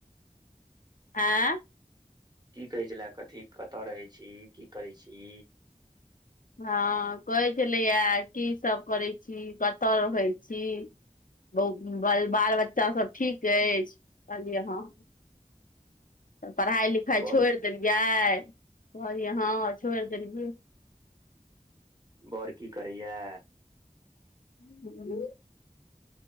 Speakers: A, on the left; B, on the right.
A: आँ
B: की कहै छलए कथी कतऽ रहै छी की करै छी।
A: हँ कहै छलैया की सब करै छी कतय रहै छी। बहुत ब बाल बच्चा सब ठीक अछि कहललियै हँ। तऽ पढ़ाइ लिखाइ
B: बर
A: छोड़ि देलियाय कहलियै हँ छोड़ि देलियै।
B: बड़ की करैया।
A: ह <unintelligible>